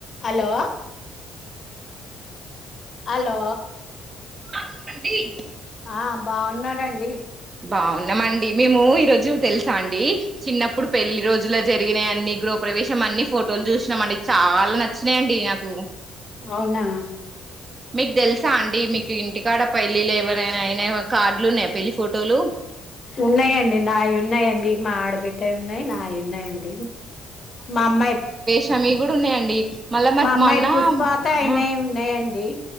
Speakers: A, on the left; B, on the right.
A: Hello hello
B: <unintelligible>
A: ఆ బాగున్నారండి
B: బాగున్నామండి మేము ఈ రోజు తెలుసా అండి చిన్నప్పుడు పెళ్లి రోజులో జరిగిన అన్ని గ్రూ ప్రవేశం అన్ని ఫోటోలు చూసినాం అండి చాలా నచ్చినాయండి నాకు
A: అవునా
B: మీకు తెలుసా అండి మీకు ఇంటికాడ పెళ్లిిల్లు ఏవన్నా అయినా కార్డులు ఉన్నాయి పెళ్లిి ఫోటోలు
A: ఉన్నాయండి నావి ఉన్నాయండి మా ఆడ బిడ్డవి ఉన్నాయి నా వి ఉన్నాయండి మా అమ్మాయి
B: హా మీ వి కూడా ఉన్నాయండి మళ్ళా
A: మా అమ్మాయి
B: మొన్న
A: పుష్పావత అయినవి
B: ఆ
A: ఉన్నాయండి